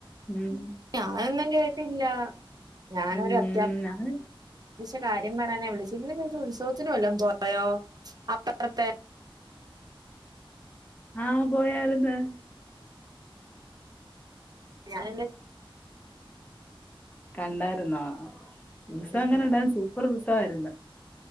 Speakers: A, on the left; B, on the right.
A: ഉം
B: ഞാനൊന്നും കേട്ടില്ല ഞാനൊരു
A: ഉം
B: അത്യാ
A: ഞാൻ
B: വശ്യ കാര്യം പറയാനാ വിളിചെ ഇന്ന് ചേച്ചി ഉത്സവത്തിന് വല്ലോം പോയോ അപ്പറത്തെ
A: ആ പോയാരിന്ന്
B: ഞാനെന്റെ
A: കണ്ടായിരുന്നോ ഉൽസവം
B: ഉം
A: എങ്ങനെ ഉണ്ടായിരുന്ന് സൂപ്പർ ഉൽസവായിരുന്നു